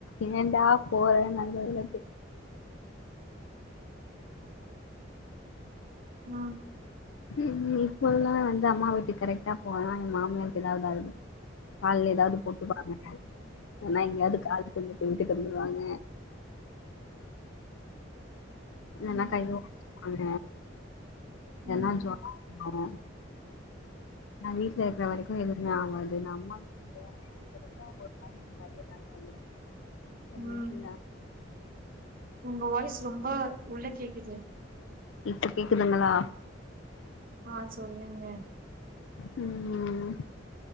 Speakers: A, on the left (about 80°); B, on the right (about 50°).
A: ஏன்டா போறன்னாய்டு எனக்கு
B: ஆ
A: ம் இப்பொல்லா வந்து அம்மா வீட்டுக்கு கரெக்டா போவே எ மாமியார்க்கு ஏதாவ்து ஆயிடுது கால்ல எதாவது போட்டுப்பாங்க இல்னா எங்கேயாது காலக்குள்ள போய் விட்டுட்டு வந்துருவாங்க இல்லனா
B: ம்
A: கைய ஒடச்சுப்பாங்க இல்லனா
B: ம்
A: ஜொரோ வந்துரு நா வீட்ல இருக்குற வரைக்கு எதுவுமே ஆகாது எங்க அம்மா க்குன் தெரிஞ்சா ஒரு நாளைக்கி வலி எல்லாமே வந்துரு அது
B: ம்
A: எப்டினா
B: உங்க வாய்ஸ் ரொம்ப உள்ள கேக்குது
A: இப்ப கேக்குதுங்களா
B: ஆ சொல்லுங்க
A: ம்